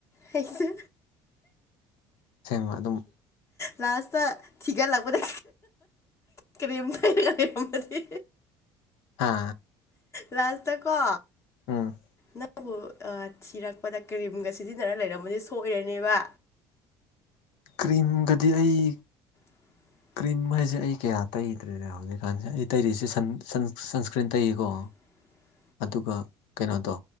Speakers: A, on the left; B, on the left.
A: ꯍꯩꯁꯨ
B: ꯁꯦꯡꯕ ꯑꯗꯨꯝ
A: ꯂꯥꯁꯇꯥ ꯊꯤꯒꯠꯂꯛꯄꯗ ꯀ꯭ꯔꯤꯝ ꯇꯩ ꯂꯩꯔꯝꯃꯗꯤ
B: ꯍꯥ
A: ꯂꯥꯁꯇꯥꯀꯣ
B: ꯎꯝ
A: ꯅꯪꯕꯨ ꯑꯥ ꯊꯤꯔꯛꯄꯗ ꯀ꯭ꯔꯤꯝꯒꯥ ꯁꯤꯖꯤꯟꯅꯔꯥ ꯂꯩꯔꯝꯃꯗꯤ ꯁꯣꯏꯔꯅꯦꯕ
B: ꯀ꯭ꯔꯤꯝꯒꯗꯤ ꯑꯩ
A: <inaudible>
B: ꯀ꯭ꯔꯤꯝ ꯍꯥꯏꯁꯦ ꯑꯩ ꯀꯌꯥ ꯇꯩꯗ꯭ꯔꯦꯅꯦ ꯍꯧꯖꯤꯛꯀꯥꯟꯁꯦ ꯑꯩ ꯇꯩꯔꯤꯁꯦ ꯁꯟ ꯁꯟ ꯁꯟꯁꯀ꯭ꯔꯤꯟ ꯇꯩꯀꯣ
A: <inaudible>
B: ꯑꯗꯨꯒꯥ ꯀꯩꯅꯣꯗꯣ